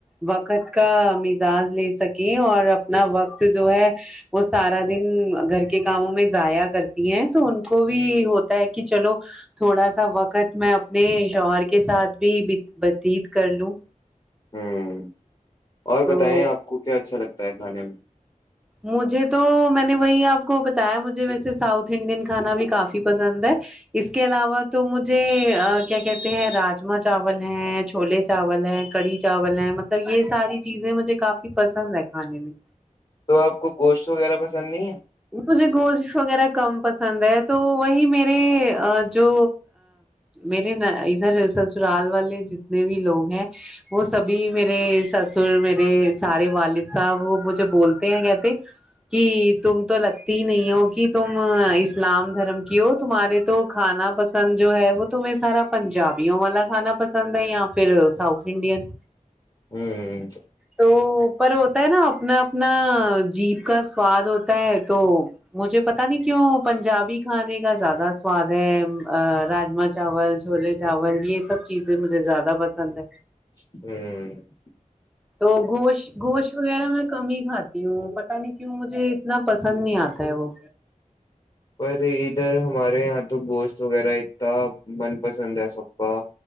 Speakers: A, in the centre; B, on the left (about 30°).
A: وقت کا اعزاز لے سکیں اور اپنا وقت جو ہے وہ سارا دن گھر کے کاموں میں ضایا کرتی ہیں تو ان کو بھی ہوتا ہے کہ چلو تھوڑا سا وقت میں اپنے شوہر کے ساتھ بھی بتیت کر لوں
B: ہوں اور
A: تو
B: بتائیں آپ کو کیا اچھا لگتا ہے کھانے میں
A: مجھے تو میں نے وہی آپ کو بتایا مجھے ویسے ساؤتھ انڈین کھانا بھی کافی پسند ہے اس کے علاوہ تو مجھے کیا کہتے ہیں راجما چاول ہے چھولے چاول ہے کڑھی چاول ہے مطلب یہ ساری چیزیں مجھے کافی پسند ہے کھانے میں
B: تو آپ کو گوشت وغیرہ پسند نہیں ہے
A: مجھے گوش وغیرہ کم پسند ہے تو وہی میرے جو میرے ن ادھر سسرال والے جتنے بھی لوگ ہیں وہ سبھی میرے سسر میرے سارے والد صاحب وہ مجھے بولتے ہیں کہ <inaudible> کہ تم تو لگتی ہی نہیں ہو کہ تم اسلام دھرم کی ہو تمہارے تو کھانا پسند جو ہے وہ تو میں سارا پنجابیوں والا کھانا پسند ہے پھر ساؤت انڈین
B: ہوں
A: تو پر ہوتا ہے نا اپنا اپنا جیب کا سواد ہوتا ہے تو مجھے پتا نہیں کیوں پنجابی کھانے کا زیادہ سواد ہے راجما چاول چھولے چاول یہ سب چیزیں مجھے زیادہ پسند ہے
B: <inaudible>
A: تو گوشت گوشت وغیرہ میں کم ہی کھاتی ہوں پ نہیں کیوں مجھے اتنا پسند نہیں آتا ہے وہ
B: پر ادھر ہمارے یہاں تو گوشت وغیرہ اتنان پسند ہے سب کا